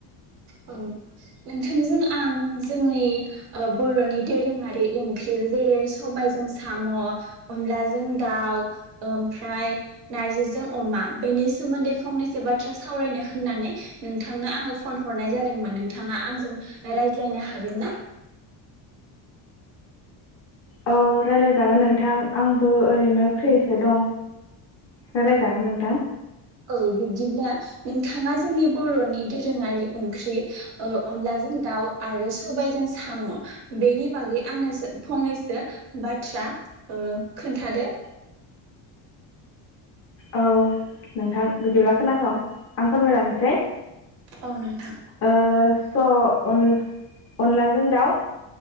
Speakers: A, on the right (about 70°); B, on the left (about 35°).
A: औ नोंथांजों आं जोंनि ओ बर'नि दोरोङारि इं ख्रि जेरै सबायजों साम' अनलाजों दाउ ओमफ्राय नार्जिजों अमा बेनि सोमोन्दै फंनैसो बाथ्रा सावरायनो होननानै नोंथांनो आङो फन हरनाय जादोंमोन नोंथाङा आंजों रायज्लायनो हागोन ना?
B: औ रायलायजागोन नोंथां आंबो ओरैनो फ्रिसो दं रायलायजागोन नोंथां।
A: औ बिब्दिब्ला नोंथाङा जोंनि बर'नि दोरोङारि ओंख्रि ओ अनलाजों दाउ आरो सबायजों साम' बेनि बागै आंनोसो फंनैसो बाथ्रा ओ खोन्थादो।
B: औ नोंथां बिदिब्ला खोनासं आं फोरमाय लांनोसै
A: औ नोंथां
B: ओ स अन अनलाजों दाउ